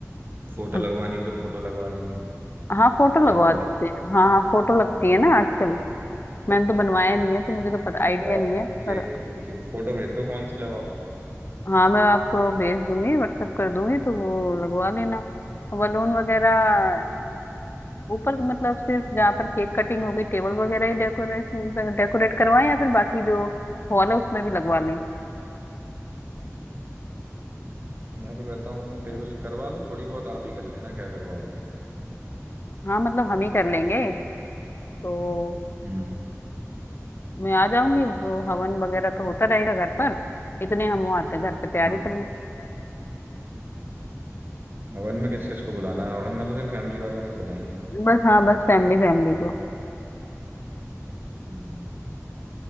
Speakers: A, on the right (about 40°); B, on the left (about 45°).
A: फोटो
B: अच्छा,
A: लगवानी हो तो फोटो लगवा देंगे
B: हाँ फोटो
A: केक
B: लगवा
A: पर
B: देते हैं हाँ हाँ फोटो लगती है ना आजकल मैंने तो बनवाया नहीं है तो मुझे
A: हाँ,
B: तो पता
A: तो
B: आइडिया
A: आप
B: नहीं है
A: केक
B: पर
A: देखिए फोटो भेज दो कौन सी लगाओ
B: हाँ मैं आपको भेज दूंगी व्हाट्सएप कर दूंगी तो वो लगवा लेना बलून वगैरह ऊपर मतलब सिर्फ जहाँ पर केक कटिंग हो गई टेबल वगैरह ही डेकोरेट डेकोरेट करवाएं या फिर बाकी जो हॉल है उसमें भी लगवा लें
A: मैं तो कहता हूँ टेबल करवा लो थोड़ी बहुत आप ही कर लेना क्या करवाओगे किसी
B: हाँ मतलब हम ही कर लेंगे तो
A: से। हम्म
B: मैं आ जाऊंगी वो हवन वगैरह तो होता रहेगा घर पर इतने हम वो आते हैं घर पे तैयारी
A: हाँ
B: कर लें
A: हवन में किस किस को बुलाना है हवन में तो सिर्फ फैमिली वालों को ही बुलाएंगे ना
B: बस हाँ बस फैमिली फैमिली को
A: हम्म